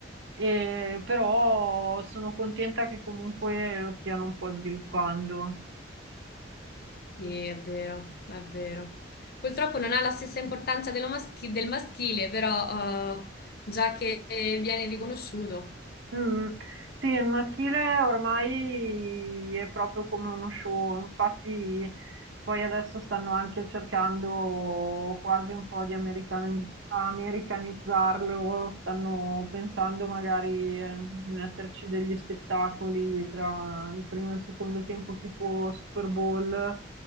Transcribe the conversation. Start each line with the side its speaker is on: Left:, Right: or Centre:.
Right: E però sono contenta che comunque lo stiano un po' sviluppando.
Left: Sì, è vero, è vero. Purtroppo non ha la stessa importanza dello maschi- del maschile, però eh, già che viene riconosciuto.
Right: Mm, Sì, il maschile ormai è proprio come uno show, infatti poi adesso stanno anche cercando quasi un po' di americani- americanizzarlo, stanno pensando magari eh, di metterci degli spettacoli tra il primo e il secondo tempo tipo Super Bowl,